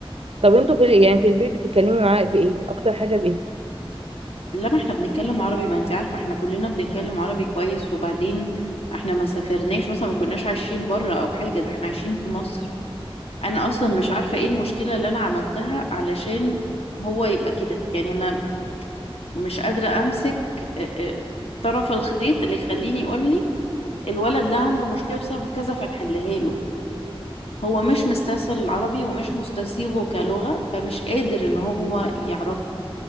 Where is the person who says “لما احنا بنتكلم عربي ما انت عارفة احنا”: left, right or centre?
Left